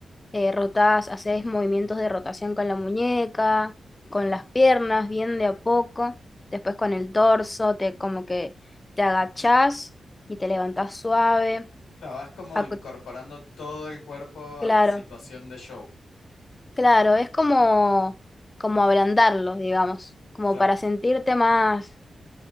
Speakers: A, on the left (about 30°); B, on the left (about 80°).
A: eh, rotás, hacés movimientos de rotación con la muñeca, con las piernas, bien de a poco, después con el torso, te como que te agachás y te levantás suave.
B: Claro, vas como
A: Acu-
B: incorporando todo el cuerpo
A: Claro,
B: a la situación de show.
A: claro, es como, como ablandarlos, digamos, como
B: Claro,
A: para sentirte más,